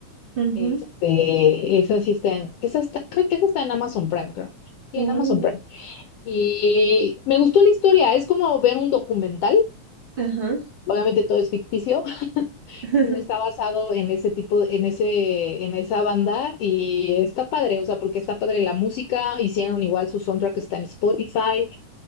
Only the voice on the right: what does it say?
ujú,
uh,
ajá.
<laughs>